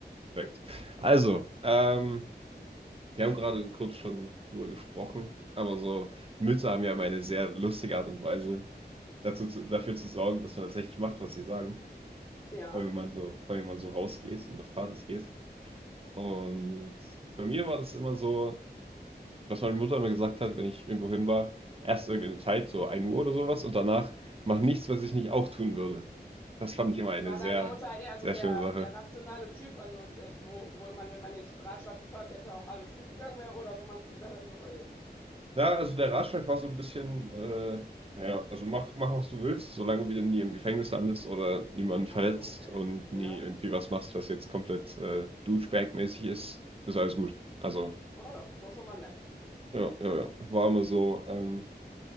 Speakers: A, on the right; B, on the left.
A: Perfekt. Also, ähm, wir haben gerade kurz schon drüber gesprochen, aber so Mütter haben ja immer eine sehr lustige Art und Weise, dazu zu, dafür zu sorgen, dass man tatsächlich macht, was sie sagen.
B: Ja.
A: Weil wenn man so, vor allem wenn man so rausgeht und auf Partys geht. Und bei mir war das immer so, was meine Mutter immer gesagt hat, wenn ich irgendwo hin war, erst irgendeine Zeit, so ein Uhr oder sowas, und danach mach nichts, was ich nicht auch tun würde. Das fand ich immer eine
B: War
A: sehr,
B: deine Mutter eher
A: sehr
B: so der,
A: schöne Sache.
B: der rationale Typ, also äh, wo, wo man, wenn man den Ratschlag befolgt hätte, auch alles gut gegangen wäre oder wo man sich gedacht hätte, so, oh je.
A: Na, also der Ratschlag war so ein bisschen, äh, naja, also mach, mach, was du willst, solange du nie im Gefängnis landest oder niemanden verletzt
B: Ach so, okay.
A: und
B: Ja.
A: nie irgendwie was machst, was jetzt komplett äh, Douchebag-mäßig ist, ist alles gut. Also,
B: Oh ja, ist doch schon mal nett.
A: ja, ja, ja. War immer so, ähm,